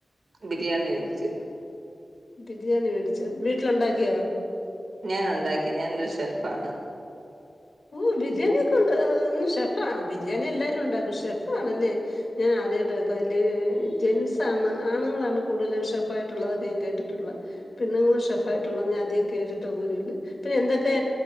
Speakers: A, on the right; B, on the left.
A: ബിരിയാണി കഴിച്ചു.
B: ബിരിയാണി മേടിച്ചോ വീട്ടിൽ ഉണ്ടാക്കിയോ
A: ഞാൻ ഉണ്ടാക്കി ഞാൻ ഒരു ഷെഫ് ആണ്
B: ഓ ബിരിയാണിയൊക്കെ ഉണ്ടാക്കാ--ഷെഫ് ആണോ ബിരിയാണിയെല്ലാരും ഉണ്ടാക്കും. ഫെഫ് ആണല്ലേ ഞാനാദ്യയിട്ട് കേൾക്കുക്ക അല്ലേ ജെൻസാന്ന് ആണുങ്ങളാണ് കൂടുതലും ഷെഫായിട്ടുള്ളതെന്ന് കേട്ടിട്ടുള്ള. പെണ്ണുങ്ങള് ഷെഫായിട്ടുള്ളത് ഞാനധികം കേട്ടിട്ടു പോലുമില്ല. പിന്നെന്തൊക്കെ